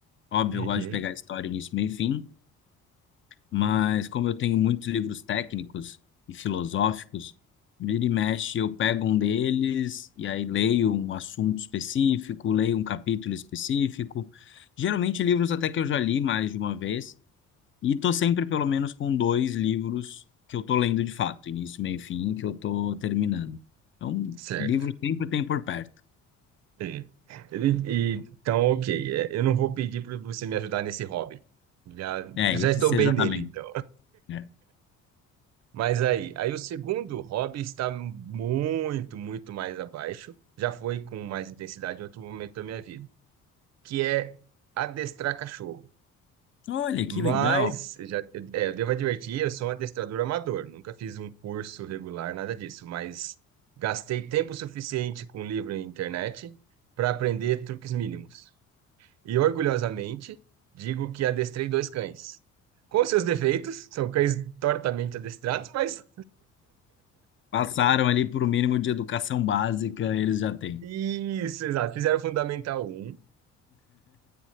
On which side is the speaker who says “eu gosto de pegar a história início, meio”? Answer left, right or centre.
Left